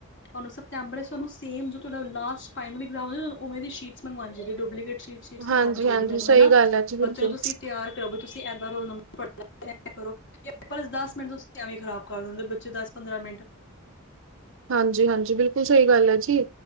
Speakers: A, on the left; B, on the right.
A: ਤੁਹਾਨੂੰ ਸੈਪਟੈਬਰ ਸੇਮ ਜੋ ਤੋਹਾਡਾ ਲਾਸਟ ਫਾਈਨਲ ਇਲਜ਼ਾਮ ਓਵੇਂ ਦੀ ਸੀ਼ਟਸ ਮੰਗਵਾਨੀ ਚਾਹੀਦੀ ਡੁਬਲੀਕੇਟ ਸੀ਼ਟ ਸੀਟਸ
B: ਹਾਂਜੀ
A: ਮੰਗਵਾਣੀ ਚਾਹੀਦੀ
B: ਹਾਂਜੀ
A: ਇਹਨਾਂ ਨੂੰ
B: ਸਹੀ
A: ਹਨਾ,
B: ਗੱਲ ਹੈ ਜੀ
A: ਬੱਚੇ
B: ਬਿਲਕੁਲ
A: ਨੂੰ ਤੁਸੀਂ ਤਿਆਰ ਤੁਸੀਂ <unintelligible> ਦਸ ਮਿੰਟ ਤੁਸੀਂ ਐਵੇਂ ਖ਼ਰਾਬ ਕਰਦੇ ਬੱਚੇ ਦਸ-ਪੰਦਰਾਂ ਮਿੰਟ
B: ਹਾਂਜੀ-ਹਾਂਜੀ ਬਿਲਕੁਲ ਸਹੀ ਗੱਲ ਆ ਜੀ